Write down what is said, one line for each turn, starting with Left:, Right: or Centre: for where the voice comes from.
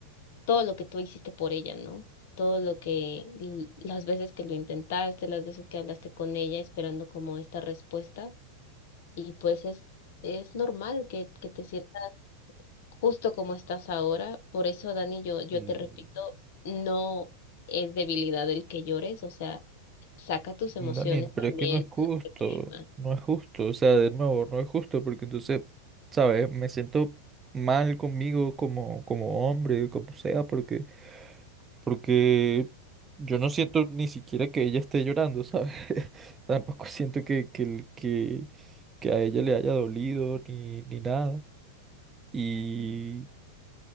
Left: todo lo que tú hiciste por ella, ¿no? Todo lo que, l- las veces que lo intentaste, las veces que hablaste con ella esperando como esta respuesta y pues es, es normal que, que te sientas justo como estás ahora. Por eso, Dani, yo, yo
Right: Mm,
Left: te repito, no es debilidad el que llores, o sea, saca tus emociones
Right: Daniel, pero
Left: también,
Right: es que no es justo,
Left: no las reprimas.
Right: no es justo, o sea, de nuevo, no es justo porque entonces, ¿sabes? Me siento mal conmigo como, como hombre, como sea, porque Porque yo no siento ni siquiera que ella esté llorando, ¿sabes? <laughs> Tampoco siento que, que, el- que, que a ella le haya dolido ni, ni nada. Y,